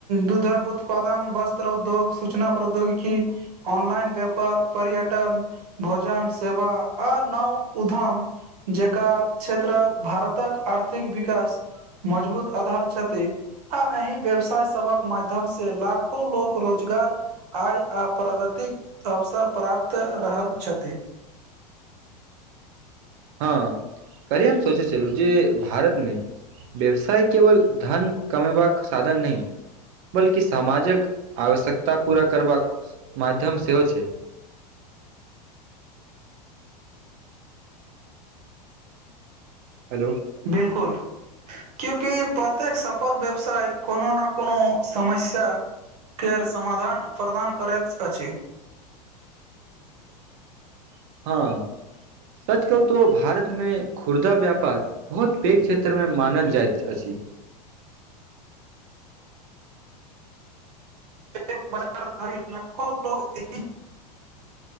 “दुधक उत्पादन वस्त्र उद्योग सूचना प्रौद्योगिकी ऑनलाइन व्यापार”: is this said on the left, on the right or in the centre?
Right